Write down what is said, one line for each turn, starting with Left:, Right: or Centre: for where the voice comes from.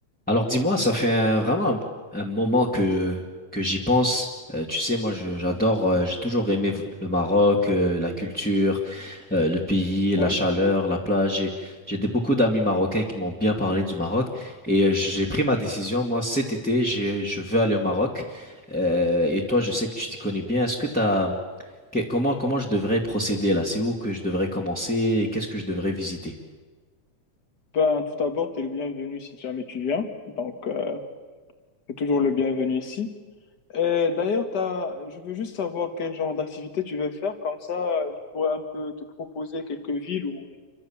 Centre: Alors dis-moi, ça fait un- vraiment un, un moment que, que j'y pense. Euh, tu sais, moi je- j'adore, euh, j'ai toujours aimé v- le Maroc, euh, la culture, euh, le pays,
Left: Ouais.
Centre: la chaleur, la plage. J'ai, j'ai des- beaucoup d'amis marocains qui m'ont bien parlé du Maroc et euh, j'ai pris ma décision. Moi cet été, j'ai- je veux aller au Maroc. Euh, et toi, je sais que tu t'y connais bien. Est-ce que t'as, que- comment, comment je devrais procéder là? C'est où que je devrais commencer et qu'est-ce que je devrais visiter?
Left: Ben, tout d'abord, tu es le bienvenu si jamais tu viens. Donc, euh, tu es toujours le bienvenu ici. Et d'ailleurs, t'as... je veux juste savoir quel genre d'activité tu veux faire. Comme ça, euh, je pourrais un peu te proposer quelques villes où,